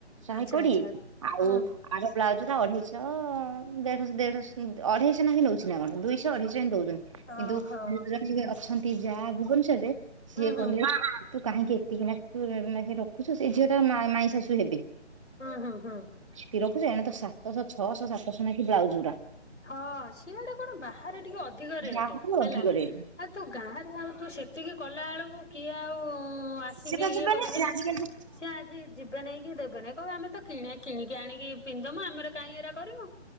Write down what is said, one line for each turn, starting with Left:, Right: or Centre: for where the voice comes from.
Right: ଶହେ
Left: ଆଚ୍ଛା
Right: କୋଡିଏ
Left: ଆଚ୍ଛା
Right: ଆଉ
Left: ହୁଁ
Right: ଆର ବ୍ଲାଉଜ ଟା ଅଢେଇଶଅ, ଦେଢଶ୍ ଦେଢଶ୍ ଅଢେଇଶଅ ନେଖେ ନଉଚି ନା କଣ ଦୁଇଶଅ, ଅଢେଇଶଅ ଏମିତି ଦଉଚନ୍ତି।
Left: ଓହୋ।
Right: କିନ୍ତୁ <unintelligible> ଅଛନ୍ତି ଯା ଭୁବନେଶ୍ୱରରେ ସିଏ
Left: ହୁଁ ହୁଁ
Right: କହିଲେ ହଁ ହଁ ତୁ କାହିଁକି ଏତିକି ନେଖ୍ ତୁ ନେଖେ ରଖୁଚୁ ସେ ଝିଅ ଟା ର ମାଇଁ ଶାଶୁ ହେବେ।
Left: ହଁ ହଁ ହଁ।
Right: ସେତିକି ରଖୁଚୁ ଏଣେ ତ ସାତଶଅ, ଛଅଶଅ, ସାତଶଅ ନେଖେ ବ୍ଲାଉଜୁ ଗୁରା।
Left: ହ ସିଆଡେ କଣ ବାହାରେ ଟିକେ ଅଧିକ ରେଟ୍
Right: ଆହୁରି
Left: ହେଲା।
Right: ଅଧିକ
Left: ଆଉ
Right: ରେଟ୍।
Left: ତୁ ଗାଁ ରୁ ଆଉ ତୁ ସେତିକି କଲା ଏଳକୁ କିଏ ଆଉ ଆସିକି
Right: ସେଟା
Left: ଇଏ
Right: ଦେବେନି
Left: କରିବେ ନା
Right: ଆଜିକାଲି ହଁ
Left: ସିଏ ଆଜି ଯିବେ ନାଇଁ କି ଦେବେ ନାଇଁ କହିବେ ଆମେ ତ କିଣା କିଣିକି ଆଣିକି ପିନ୍ଧିଦମୁ ଆମର କାଇଁ ଏରା କରିବୁ।